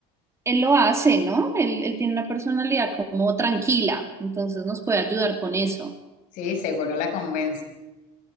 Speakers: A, on the right; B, on the left.
A: él lo hace, ¿no? Él, él tiene una personalidad como tranquila, entonces nos puede ayudar con eso.
B: Sí, seguro la convence.